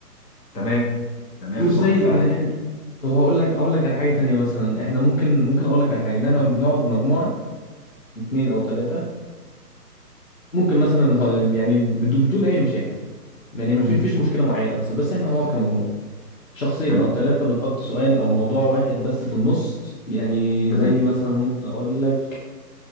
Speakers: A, on the left (about 75°); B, on the left (about 55°).
A: تمام تمام
B: وإزاي
A: صح فعلا
B: يعني إحنا- وهقول لك أقول لك على حاجة تانية مثلا إحنا ممكن ممكن أقول لك على حاجة إن إحنا بنقعد مجموعة اتنين أو تلاتة ممكن مثلا نح- يعني بدو- بدون أي مشاكل يعني ما
A: مم.
B: في فيش مشكلة معينة مثلا بس إحنا هنقعد كمجموعة شخصين
A: حلو
B: أو تلاتة بنحط سؤال أو موضوع واحد بس في النص يعني
A: تمام
B: زي مثلا ممكن أقول لك